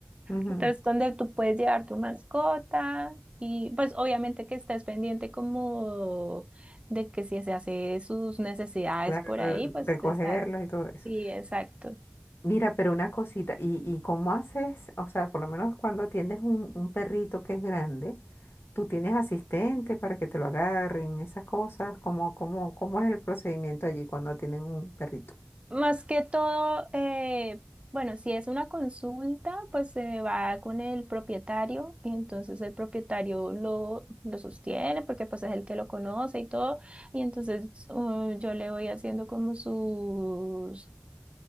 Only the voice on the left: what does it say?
Ujú.
Claro,
recogerlos
y todo eso.
Mira, pero una cosita, ¿y, y cómo haces? O sea, por lo menos cuando atiendes un, un perrito que es grande, ¿Tú tienes asistente para que te lo agarren, esas cosas? ¿Cómo, cómo, cómo es el procedimiento allí cuando tienen un perrito?